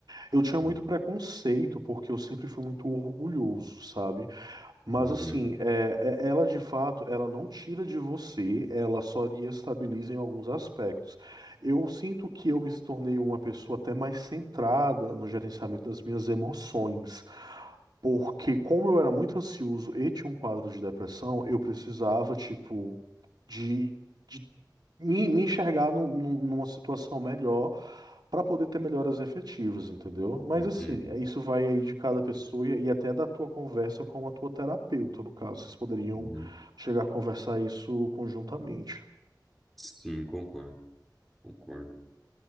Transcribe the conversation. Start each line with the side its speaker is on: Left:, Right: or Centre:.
Right: Eu tinha
Centre: Uhum,
Right: muito preconceito porque eu sempre fui muito orgulhoso, sabe? Mas
Centre: uhum,
Right: assim, é, é- ela de fato, ela não tira de você, ela só lhe estabiliza em alguns aspectos. Eu sinto que eu me tornei uma pessoa até mais centrada no gerenciamento das minhas emoções, porque como eu era muito ansioso e tinha um quadro de depressão, eu precisava, tipo, de, de me, me enxergar num- num- numa situação melhor para poder ter melhoras efetivas, entendeu? Mas
Centre: entendi.
Right: assim, é- isso vai aí de cada pessoa e e até da tua conversa com a tua terapeuta, no caso. Vocês poderiam
Centre: Uhum.
Right: chegar a conversar isso conjuntamente.
Centre: Sim, concordo, concordo.